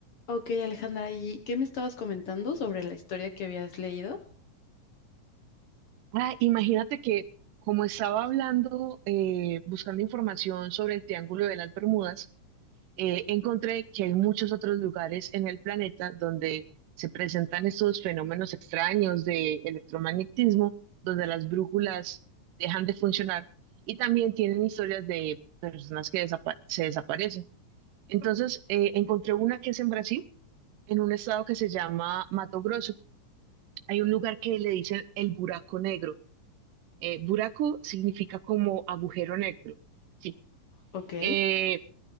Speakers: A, on the left; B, on the right.
A: Ok, Alejandra, ¿y qué me estabas comentando sobre la historia que habías leído?
B: Ah, imagínate que como estaba hablando, eh, buscando información sobre el Triángulo de las Bermudas, eh, encontré que hay muchos otros lugares en el planeta donde se presentan estos fenómenos extraños de electromagnetismo, donde las brújulas dejan de funcionar y también tienen historias de personas que desapa- se desaparecen. Entonces, eh, encontré una que es en Brasil, en un estado que se llama Mato Grosso. Hay un lugar que le dicen el Buraco Negro eh, buraco significa como agujero negro, ¿sí?
A: Ok,
B: Eh,